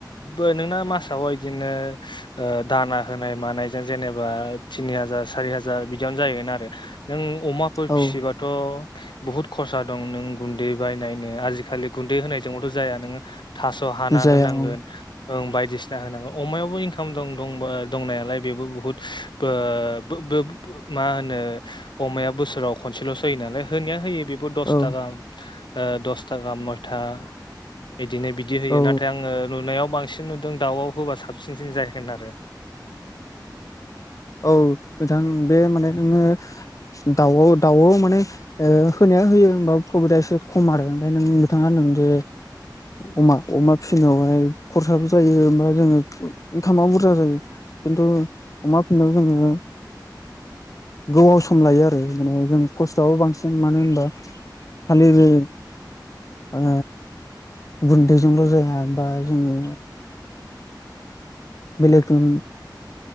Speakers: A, on the left (about 80°); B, on the left (about 45°).
A: बो नोंना मासाव बिदिनो दाना होनाय मानाय जों जेनेबा तिनि हाजार सारि हाजार बिदियावनो जाहैगोन आरो। नों अमाफोर
B: औ
A: फिसिबाथ' बुहुत खरसा दं। नों गुन्दै बायनायनो आजिखालि गुन्दै होनायजोंबोथ' जाया नोङो थास' हाना
B: जाया
A: होनांगोन
B: औ
A: ओं बायदिसिना होनांगोन अमायावबो इंखा दं दंबा दंनायालाय बेबो बुहुत बो बो मा होनो अमाया बोसोराव खनसेल'सोयो नालाय। होनाया होयो बेबो दसथा
B: औ
A: गाहा दसथा गाहाम नयथा बिदिनो बिदि होयो
B: औ
A: नाथाय आङो नुनायाव बांसिन नुदों दाउआव होबा साबसिनसिन जाहैगोन आरो।
B: औ नोंथां बे माने नोङो दाउआव दाउआव माने ओ होनाया होयो होमबाबो प्रफिदा एसे खम आरो ओमफ्राय नों नोंथांङा होन्दों जे अमा अमा फिसिनायाव ओमफाय खरसाबो जायो ओमफ्राय जोङो इनकामाबो बुरजा जायो। खिन्थु अमा होनना बुङो। गोबाव सम लायो आरो माने जों खस्थ'आबो बांसिन मानो होनबा खालि बे ओ गुन्दैजोंल' जाया बा जोङो बेलेक ओ